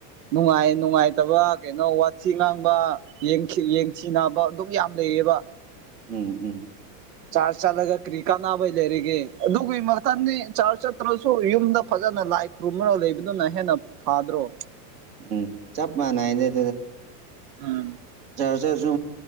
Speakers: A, on the right (about 85°); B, on the right (about 50°).
A: ꯅꯨꯡꯉꯥꯏ ꯅꯨꯡꯉꯥꯏꯇꯕ ꯀꯩꯅꯣ ꯋꯥꯊꯤ ꯉꯥꯡꯕ ꯌꯦꯡꯊꯤ ꯌꯦꯡꯊꯤ ꯅꯥꯕ ꯑꯗꯨꯝ ꯌꯥꯝ ꯂꯩꯌꯦꯕ
B: ꯎꯝꯍꯝ
A: ꯆꯥꯔꯖ ꯆꯂꯒ ꯀꯔꯤ ꯀꯥꯟꯅꯕꯩ ꯂꯩꯔꯤꯒꯦ ꯑꯗꯨꯒꯤ ꯃꯊ ꯆꯥ ꯆꯠꯇ꯭ꯔꯁꯨ ꯌꯨꯝꯗ ꯐꯖꯅ ꯂꯥꯏ ꯈꯨꯔꯨꯝꯃ ꯂꯩꯕꯗꯨꯅ ꯍꯦꯟꯅ ꯐꯥꯗ꯭ꯔꯣ
B: ꯎꯝ ꯆꯥꯞ ꯃꯥꯟꯅꯥꯏꯗ ꯑꯗꯨꯗꯦ
A: ꯑꯝ
B: ꯆꯥꯔꯖꯔꯁꯨ